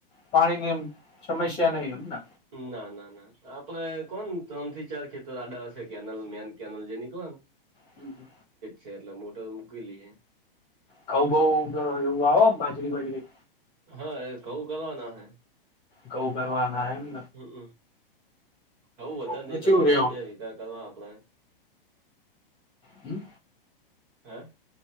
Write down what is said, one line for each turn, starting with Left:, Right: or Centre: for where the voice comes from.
Left: પાણી ની એમ સમસ્યા નહી હોય ને.
Right: ના ના ના. આપડે કોણ ત્રણ થી ચાર ખેતર આડા હશે કેનલ મેન કેનલ જેની કોણ.
Left: હમ હ.
Right: શેરલા મોટો મુકલી.
Left: કઉ બઉ એવું આવે બાજરી બાજરી.
Right: હા એ કવું કરવાના હે.
Left: ગઉ ભરવાના એમ.
Right: હમમ ખું વધારે
Left: ઘઉંમાં
Right: નહીિ કરવા
Left: ચેવું રે
Right: પણ
Left: આમ
Right: બે વગાર કરવા આપડ.
Left: હમ.
Right: હા.